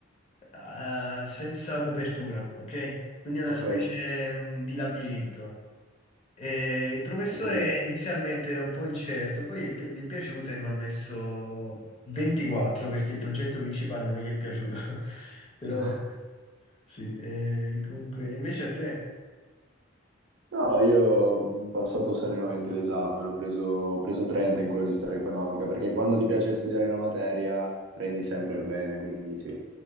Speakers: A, on the left; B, on the right.
A: eh, senza copertura, ok? Quindi è una
B: Ok,
A: specie,
B: hai
A: mh, di labirinto. E il professore
B: capito.
A: inizialmente era un po' incerto, poi gli è pi- gli è piaciuto e mi ha messo 24 perché il progetto principale non gli è piaciuto. <laughs> Però
B: <laughs>
A: sì, e comunque, invece a te?
B: No, io ho passato serenamente l'esame, l'ho preso, ho preso 30 in quello di storia economica, perché quando ti piace studiare una materia prendi sempre il bene, quindi sì.